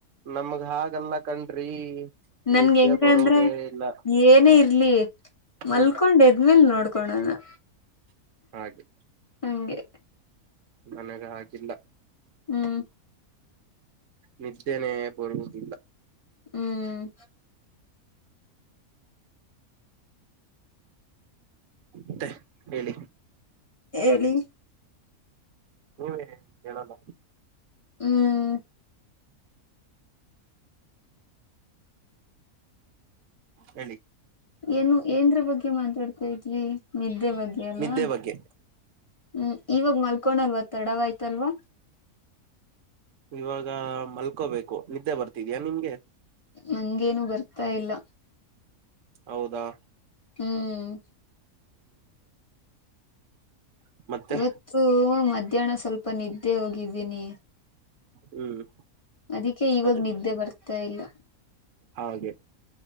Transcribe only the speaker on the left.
ನನ್ಗ್
ಹೆಂಗಂದ್ರೆ
ಏನೇ
ಇರ್ಲಿ ಮಲ್ಕೊಂಡ್
ಎದ್ಮೇಲ್ ನೋಡ್ಕೋ ನೋಡ್ಕೊನೋಣ.
ಹಂಗೆ.
ಹ್ಮ್.
ಹ್ಮ್
ಹೇಳಿ
ಹ್ಮ್.
ಏನು ಎಂದ್ರೆ ಬಗ್ಗೆ ಮಾತಾಡ್ತಾ ಇದ್ವಿ ನಿದ್ದೆ ಬಗ್ಗೆ ಅಲ್ವಾ.
ಹ್ಮ್ ಇವಾಗ ಮಲ್ಕೊಂಡಲ್ವ ತಡ ಆಯ್ತಲ್ವಾ.
ನಂಗೇನು ಬರ್ತಾ ಇಲ್ಲ.
ಹ್ಮ್
ಇವತ್ತು ಮಧ್ಯಾಹ್ನ ಸ್ವಲ್ಪ ನಿದ್ದೆ ಹೋಗಿದ್ದೀನಿ.
ಅದಿಕ್ಕೆ ಇವಾಗ
ನಿದ್ದೆ ಬರ್ತಾ ಇಲ್ಲ.